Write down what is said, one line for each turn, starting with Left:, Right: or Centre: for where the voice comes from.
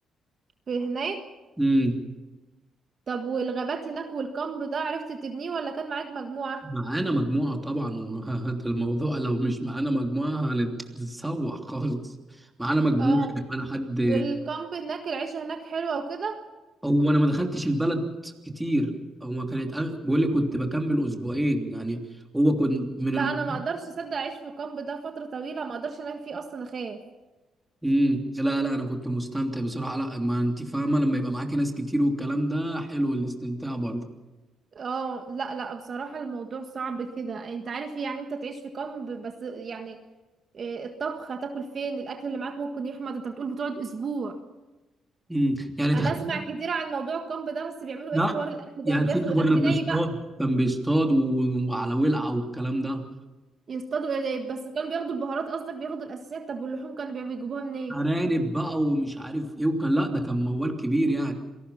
Right: في هناك
Centre: امم
Right: طب والغابات هناك والكامب ده عرفت تبنيه ولا كان معاك مجموعة
Centre: معانا مجموعه طبعا وهذا <laughs> الموضوع لو مش معانا مجموعه هنتسوح خالص معانا مجموعه
Right: اه
Centre: معانا حد
Right: والكامب هناك العيشة هناك حلوة وكده
Centre: او انا ما دخلتش البلد كتير هو كانت بقول لي كنت بكمل اسبوعين يعني هو كنت من
Right: لا
Centre: الم...
Right: انا ما اقدرش اصدق اعيش في كامب ده فتره طويله ما اقدرش انام فيه اصلا اخاف
Centre: مم. لا لا انا كنت مستمتع بصراحه لا ما انت فاهمه لما يبقى معاكي ناس كتير والكلام ده حلو الاستمتاع برضه
Right: اه لا لا بصراحه الموضوع صعب كده انت عارف إيه؟ يعني انت تعيش في كامب بس يعني إيه، الطبخ هتاكل فين الاكل اللي معاك ممكن يحمض انت بتقول بتقعد اسبوع
Centre: مم. يعني تخيل
Right: انا اسمع كتير عن موضوع الكامب ده بس بيعملوا
Centre: لا
Right: ايه في حوار الاكل
Centre: يعني
Right: ده بياخدوا
Centre: ست
Right: الاكل
Centre: كنا بنصطاد
Right: ني بقى
Centre: كان بيصطاد و... وعلى ولعه والكلام ده
Right: يصطادوا ايه ده؟ بس كانوا بياخدوا البهارات قصدك بياخدوا الاساسيات طب واللحوم كانوا بيجيبوها منين
Centre: ارانب
Right: إيه؟
Centre: بقى ومش عارف ايه وكان لا ده كان موال كبير يعني